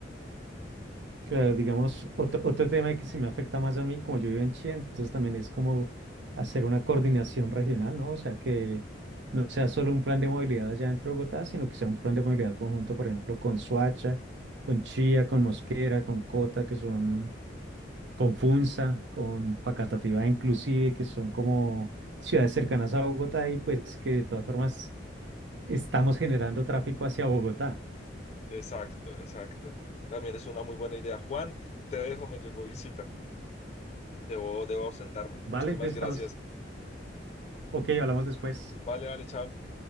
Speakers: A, on the right; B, on the left.
A: Claro, digamos, otro, otro tema que sí me afecta más a mí, como yo vivo en Chile, entonces también es como hacer una coordinación regional, ¿no? O sea, que no sea solo un plan de movilidad allá dentro de Bogotá, sino que sea un plan de movilidad conjunto, por ejemplo, con Soacha, con Chía, con Mosquera, con Cota, que son, con Funza, con Facatativá inclusive, que son como ciudades cercanas a Bogotá y pues que de todas formas estamos generando tráfico hacia Bogotá,
B: Exacto, exacto. También es una muy buena idea. Juan, te dejo, me llegó visita. Debo, debo ausentarme.
A: ¿vale?
B: Muchísimas
A: Entonces
B: gracias.
A: estamos, ok, hablamos después.
B: Vale, vale, chao.